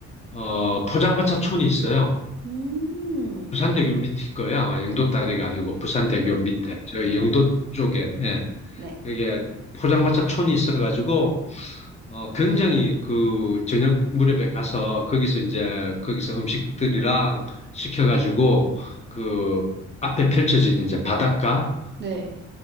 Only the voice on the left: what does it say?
어, 포장마차촌이 있어요.
부산대교 밑일 거예요. 아마 영도 다리가 아니고 부산대교
밑에
저 영도 쪽에 예,
그게 포장마차촌이 있어가지고 어, 굉장히 그 저녁 무렵에 가서 거기서 이제 거기서 음식들이랑 시켜가지고 그 앞에 펼쳐진 이제 바닷가